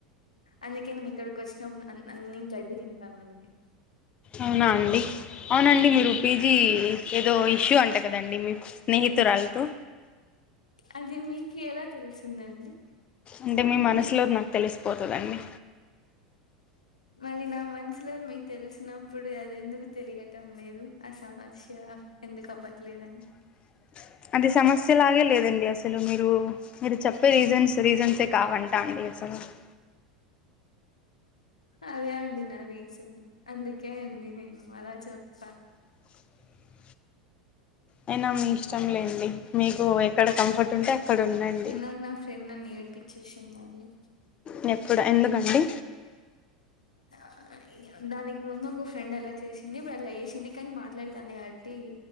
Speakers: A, on the left; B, on the left.
A: అందుకే నేను ఇక్కడికి వచ్చినప్పుడు నీన్ గడ్డి తింటాను అందుకే
B: అవునా అండి అవునండి
A: అవునా
B: మీరు పీజీ ఏదో ఇష్యూ అంట కదండి మీ స్నేహితురా రాళ్తో
A: అది మీకెలా తెలిసిందండి
B: అంటే మీ మనసులో నాకు తెలిసిపోతదండి
A: మళ్ళీ నా మనసులో మీకు తెలిసినప్పుడు అది ఎందుకు తెలియటం లేదు ఆ సమస్య ఎందుకు అవట్లేదని
B: అ అది సమస్యలాగే లేదండి అసలు మీరు మీరు చెప్పే రీజన్స్ రీజన్సే కావంటా అండి <unintelligible>
A: అదే అండి నా రీజన్ అందుకే అండి నేను అలా చెప్పా
B: <inaudible> అయినా మీ ఇష్టంలేండి మీకు ఎక్కడ కంఫర్ట్ ఉంటే అక్ అక్కడుడండి
A: ఇందాక నా ఫ్రెండ్ నన్ను ఏడిపిచ్చేసిందండి
B: న ఎప్పుడ ఎందుకండి
A: ఆ ఇగా దానికి ముందు ఒక ఫ్రెండ్ అలా చేసింది ఇప్పుడు అట్ల ఎశింది కాని మాట్లాడతానే కాట్టి